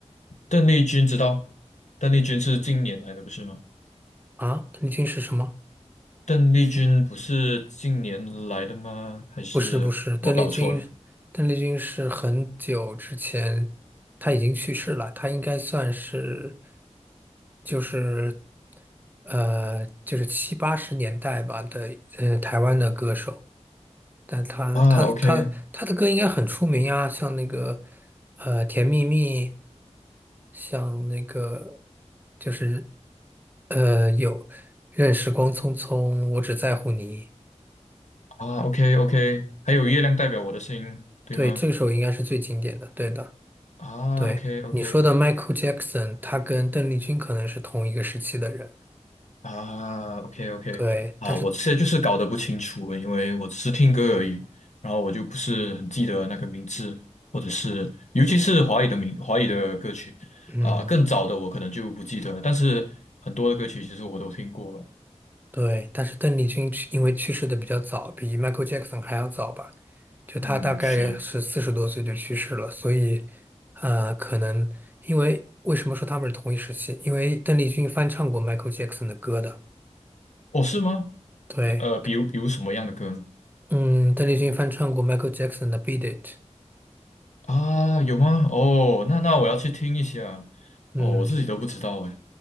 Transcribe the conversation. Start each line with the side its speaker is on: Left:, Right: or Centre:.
Left: 邓丽君知道，邓丽君是近年来的，不是吗？
Right: 啊，邓丽君是什么？
Left: 邓丽君不是近年来的吗？还是我搞错了
Right: 不是不是，邓丽君，邓丽君是很久之前，她已经去世了，她应该算是，就是，呃，就是七八十年代吧的，呃，台湾的歌手，但她她她她的歌应该很出名啊，
Left: 啊？OK
Right: 像那个，呃，《甜蜜蜜》，像那个就是呃有《任时光匆匆》，我只在乎你，
Left: 啊，OK OK，还有月亮代表我的心，对吗？
Right: 对，这首应该是最经典的，对的。
Left: 啊，OK
Right: 对，
Left: OK，
Right: 你说的 Michael Jackson，他跟邓丽君可能是同一个时期的人。
Left: 啊，OK OK，
Right: 对，
Left: 啊，
Right: 但是，
Left: 我现在就是搞得不清楚，因为我只是听歌而已，然后我就不是很记得那个名字，或者是尤其是华语的名华语的歌曲啊，
Right: 嗯，
Left: 更早的我可能就不记得了，但是很多的歌曲其实我都听过了。
Right: 对，但是邓丽君去因为去世的比较早，比 Michael Jackson 还要早吧？就他大概是四十多岁就去世了，
Left: 嗯，是，
Right: 所以，呃，可能因为为什么说他们是同一时期？因为邓丽君翻唱过 Michael Jackson 的歌的。
Left: 哦，是吗？
Right: 对，
Left: 呃，比如比如什么样的歌呢？
Right: 嗯，邓丽君翻唱过 Michael Jackson 的《Beat It》。
Left: 啊，有吗？哦，那那我要去听一下。
Right: 嗯，
Left: 哦，我自己都不知道哎。